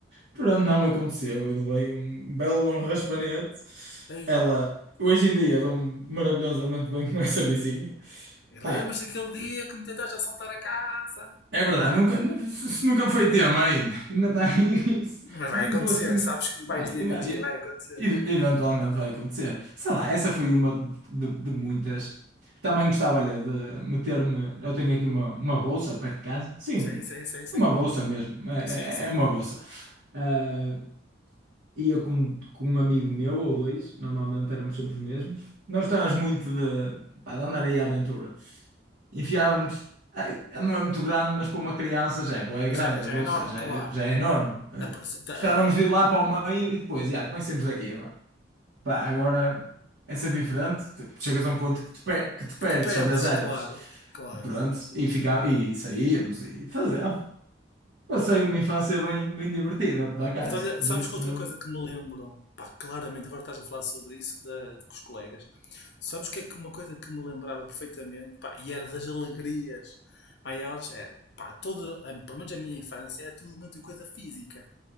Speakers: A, on the right (about 85°); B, on the left (about 65°).
A: Pronto, não aconteceu. Eu levei um belo bom raspanete.
B: Ei,
A: Ela, hoje em dia, dou-me maravilhosamente bem com essa vizinha.
B: lembras
A: Pá,
B: daquele dia que me tentaste assaltar a casa?
A: é verdade, nunca, se- se nunca foi tema ainda. Ainda está aí nisso.
B: Mas vai
A: Não
B: acontecer,
A: dou assim.
B: sabes que mais
A: Vai,
B: dia
A: e
B: menos
A: vai,
B: dia
A: e-
B: vai acontecer.
A: e- eventualmente vai acontecer. Sei lá, essa foi uma de, de muitas. Também gostava, olha, de meter-me. Eu tenho aqui uma, uma bolsa perto de casa. Sim,
B: Sim, sim, sim, sim.
A: uma bolsa mesmo. É,
B: Sim, sim.
A: é é uma bolsa. Ah, ia com, com um amigo meu ou dois, normalmente éramos sempre os mesmos. Nós estávamos muito de, pá, de andar aí à aventura. Enfiávamos, eh, não é muito grande, mas para uma criança já é, bué
B: Já,
A: grande,
B: é-
A: a
B: já
A: bolsa
B: é enorme,
A: já
B: claro.
A: é, já é enorme. Eh,
B: É,
A: Gostávamos
B: é-
A: de ir lá para o meio e depois, já, comecemos daqui agora. Pá, agora é sempre diferente, Tu chegas a um ponto que te, per- que te perdes,
B: que te perdes,
A: só vês árvores.
B: claro, claro.
A: Pronto, e, fica, e saíamos e fazia- ah, Passei uma infância bem, bem divertida, por acaso.
B: Mas olha,
A: Disso.
B: sabes que outra coisa que me lembro, pá, claramente agora estás a falar sobre isso da- de- com os colegas, sabes que é que uma coisa que me lembrava perfeitamente, pá, e era das alegrias maiores, era, pá, todo, a- pelo menos a minha infância, era tudo muita coisa física.